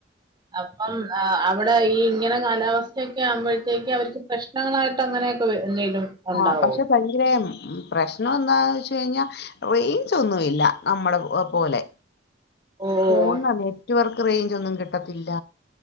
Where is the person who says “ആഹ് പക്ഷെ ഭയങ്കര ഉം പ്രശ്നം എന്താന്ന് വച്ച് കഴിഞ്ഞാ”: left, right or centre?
Left